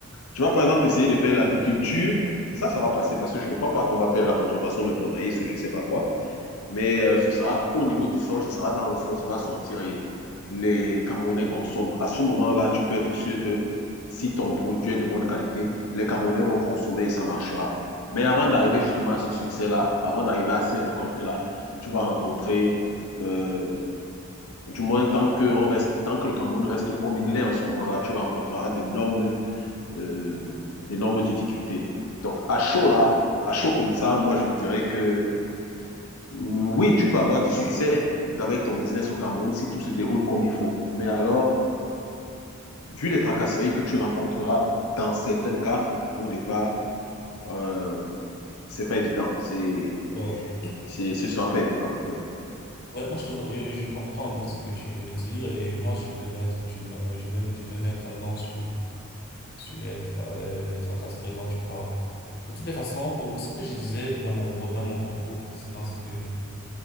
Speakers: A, on the left (about 85°); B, on the left (about 45°).
A: Tu vas, par exemple, essayer de faire l'agriculture. Ça, ça va passer parce que je ne crois pas qu'on va faire la contrefaçon de ton maïs ou je ne sais pas quoi. Mais euh, ce sera au niveau du sol, ce sera dans le sol, ça va sortir et les Camerounais consomment. À ce moment-là, tu peux être sûr que si ton produit est de bonne qualité, les Camerounais vont consommer et ça marchera. Mais avant d'arriver justement à ce succès-là, avant d'arriver à ces récoltes-là, tu vas rencontrer, euh, du moins tant que, on reste, tant que le Cameroun reste comme il est en ce moment-là, tu rencontreras d'énormes euh, d'énormes difficultés. Donc à chaud là, à chaud comme ça, moi je dirais que oui, tu peux avoir du succès avec ton business au Cameroun si tout se déroule comme il faut. Mais alors, vu les tracasseries que tu rencontreras dans certains cas, au départ, euh, c'est pas évident. C'est,
B: Bon.
A: c'est, ce sera pas évident. Oui,
B: Ouais, moi je, te re- je, je comprends un peu ce que tu veux dire et moi je vais mettre du nom- euh, je vais, je vais mettre un nom sur sur être les, les tracasseries dont tu parles. De toutes les façons, euh, ce que je disais dans mon pro- dans mon propos précédent, c'est que